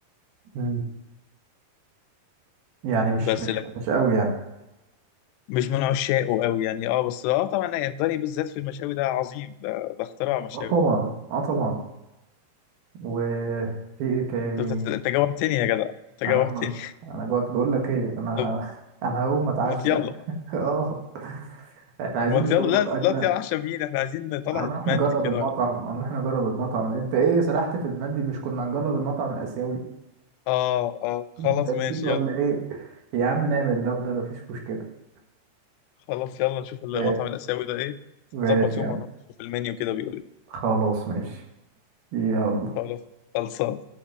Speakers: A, on the right (about 70°); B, on the left (about 90°).
A: مم. يعني مش
B: بس
A: مش
B: لا
A: مش قوي يعني
B: مش من عشاقه قوي يعني اه بس اه طبعا الضاني بالذات في المشاوي ده عظيم ده ده اختراع مشاوي
A: اه طبعا اه طبعا وفي ايه تاني
B: انت أنت- أنت جوعتني يا جدع انت جوعتني
A: انا جوعت انا جوعت بقول لك ايه
B: <laughs>
A: انا
B: طب
A: <laughs> انا هقوم اتعشى
B: ما يلا
A: <laughs> اه احنا عايزين
B: ما
A: نظبط
B: يلا لا لا
A: اكله
B: تعشى بينا احنا عايزين طلعت
A: هنروح نجرب
B: مندي كده
A: المطعم
B: ولا
A: هنروح نجرب المطعم انت ايه سرحت في المندي مش كنا هنجرب المطعم الاسيوي
B: اه اه
A: <laughs>
B: خلاص
A: انت نسيت
B: ماشي
A: ولا
B: يلا
A: ايه يا عم نعمل ده وده مفيش مشكله
B: خلاص يلا نشوف المطعم
A: ماشي
B: الآسيوي ده إيه
A: ماشي
B: ظبط يوم
A: يا عم
B: ونروح نشوف المنيو كده بيقول إيه
A: خلاص ماشي يلا
B: خلاص خلصان